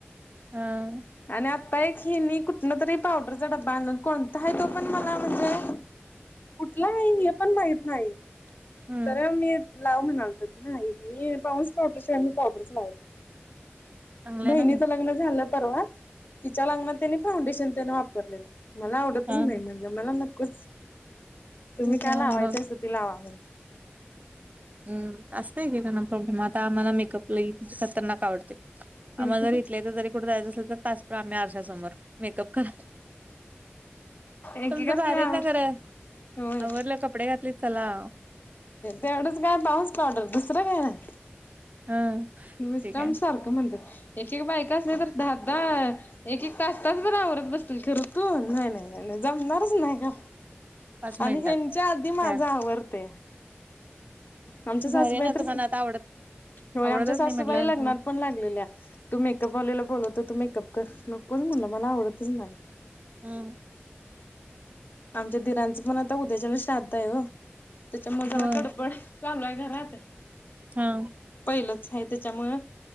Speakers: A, on the right; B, on the left.
A: हा..
B: आणि आत्ता एक हेणी कुठन तरी पावडरचा डबा आणला कोणता आहे तो पण मला म्हणजे कुठला आहे हे पण माहित नाही
A: हम्म
B: तर मी लाव म्हणालतो नाही मी पाऊंड्स पावडर शिवाय मी पावडरच लावत नाही
A: चांगलंय
B: बहिणीच
A: ना मग.
B: लग्न झालं परवा तिच्या लग्नात तेनी फाउंडेशन तेन वापरले मला आवडतच
A: हा
B: नाही म्ह मला नक्कोच तुम्ही
A: ठीक
B: काय
A: आहे
B: लावायचस
A: मग
B: त लावा म्हण
A: हम् असतय एकेकांना प्रॉब्लेम आता आम्हाला मेकअपला लईच खरनाक आवडते..
B: म्हटलं
A: आम्हाला जरी इथल्या इथ तर जरी कुठं जायचं असेल तर तास आम्ही आरशासमोर मेकअप करायाला
B: एकेकाच
A: तुमचं भारी
B: नाही आवड
A: ना खर
B: होय
A: आवरल कपडे घातलेत चला
B: तेवढंच काय पाउंड्स पावडर दुसरं काय नाही
A: हं
B: मिस्टर
A: ठीक
B: तर आमच
A: आहे.
B: सारखं म्हणतात एक एक बायकासनी तर दहा दहा एक एक तास तास भर आवरत बसतील खरं तू नाही नाही नाही नाही जमणारच नाही गा
A: पाच मिनिटात
B: आणि हेंच्या आधी माझा
A: तयार
B: आवरतय आमच्या सासूबाई
A: भारी ना
B: तर
A: तुम्हाला आता आवडत
B: होय,
A: आवडतच
B: आमच्या सासूबाई,
A: नाही म्हटल्यानंतर
B: लग्नात
A: मग
B: पण लागलेल्या तू मेकअप वालीला बोलवतो, तू मेकअप कर, नकोच म्हटलं, मला आवडतच नाय.
A: हम.
B: आमच्या दिराचं पण आता, उद्याच्याला श्राद्ध य ओ, त्याच्यामुळे जरा
A: होय
B: गडबड चालूय ये घरात.
A: हं.
B: पहिलंच हाय त्याच्यामुळ,